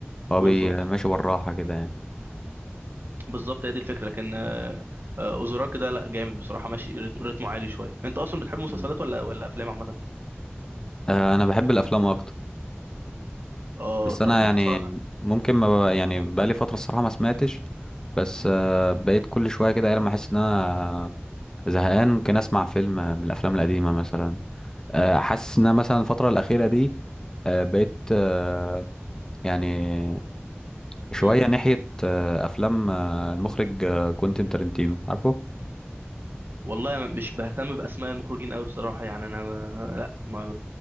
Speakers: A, on the left; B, on the right.
A: هو
B: بالظبط
A: بي- ماشي بالراحة كده يعني
B: بالظبط هي دي الفكرة لكن آه، آه، أوزوراك ده لا جامد بصراحة ماشي رتم- رتمه عالي شوية أنت أصلا بتحب مسلسلات
A: مم.
B: ولا ولا أفلام عامة؟
A: آه انا بحب الافلام اكتر
B: اه
A: بس
B: طب
A: انا
B: بتتفرج
A: يعني
B: على
A: ممكن ما ب... يعني بقالي فترة الصراحة ما سمعتش بس
B: مم.
A: آه بقيت كل شوية كده ايه لما احس ان انا زهقان ممكن اسمع فيلم من الافلام القديمه مثلا آه، حاسس ان أنا مثلا الفتره الاخيره دي آه، بقيت آه، يعني شويه
B: مم.
A: ناحيه آه، افلام آه، المخرج آه، كوينتين تارنتينو عارفه
B: والله ما- مش بهتم باسماء المخرجين قوي بصراحه يعني انا ما... لا ما...